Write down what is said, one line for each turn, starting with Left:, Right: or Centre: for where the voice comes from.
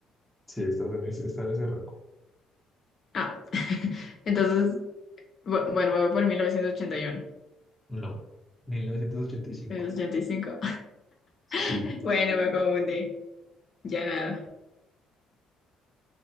Centre: sí, estás en ese, está en ese rango.
Left: Ah, <laughs> entonces, bu- bueno, me voy por mil novecientos ochenta ochenta
Centre: No, mil novecientos ochenta y cinco.
Left: y uno ochenta y cinco
Centre: Sí.
Left: <laughs> Bueno, me confundí, ya nada.